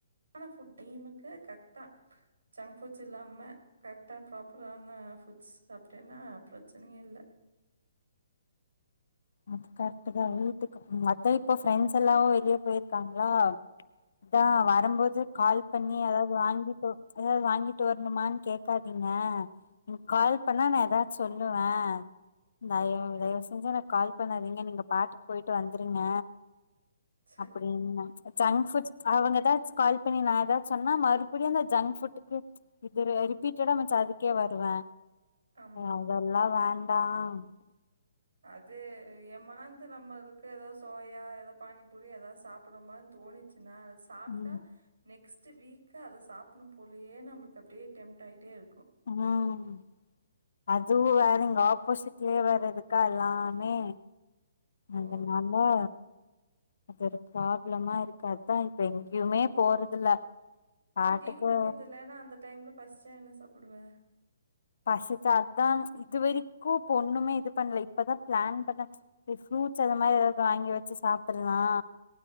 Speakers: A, on the right (about 75°); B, on the left (about 70°).
A: ஆனா புட் டீமுக்கு கரெக்ட்டா ஜங்க் ஃபுட்ஸ் இல்லாம கரெக்டா ப்ராப்பரான ஃபுட்ஸ் சாப்டேனா பிரச்சனே இல்ல
B: அது கரெக்ட் தா வீட்டுக்கு அதா இப்ப ஃப்ரெண்ட்ஸ் எல்லாவு வெளியே போயிருக்காங்களா அதா வரும்போது கால் பண்ணி அதாவது வாங்கிட்டு எதாவது வாங்கிட்டு வரணுமானு கேட்காதீங்க என கால் பண்ணா நான் ஏதாச்சு சொல்லுவே தய தயவு செஞ்சு கால் பண்ணாதீங்க நீங்க பாட்டுக்கு போயிட்டு வந்துருங்க அப்படின்னு
A: அது
B: ஜங்க்ஃபுட் அவங்க ஏதாச்ச கால் பண்ணி நா ஏதாச்ச சொன்னா மறுபடியு அந்த ஜங்க் ஃபுட்டுக்கு இது ரிபீட்டடா அதுக்கே வருவ
A: ஆமா.
B: அதெல்லா வேண்டா ஆமா
A: அது ஏமாந்து நம்மளுக்கு ஏதா சோயா ஏதா பானிபூரி ஏதாது சாப்பிடமானு தோணிச்சு நா சாப்ட்டா
B: ம்
A: நெக்ஸ்ட் வீக்கு அதை சாப்டணும் போலயே நம்மளுக்கு அப்டியே டெம்ப்ட் ஆயிட்டே இருக்
B: ம் அதுவு வேற இங்க ஆப்போசிட்லயே வேற இருக்கா எல்லாமே
A: ஓ!
B: அதனாலா அது ஒரு ப்ராப்ளமா இருக்கு அதா இப்ப எங்கயுமே போறதில்ல
A: இப்ப
B: பாட்டுக்கு
A: டீ குடிக்கிறதில்லேனா அந்த டைம்ல பசிச்சா என்ன சாப்பிடுவ
B: பசிச்சா அதா இது வரைக்கு இப்ப ஒண்ணுமே இது பண்ல இப்பதா பிளான் பண்ண ஃப்ரூட்ஸ் அந்த மாரி ஏதாது வாங்கி வெச்சு சாப்படலா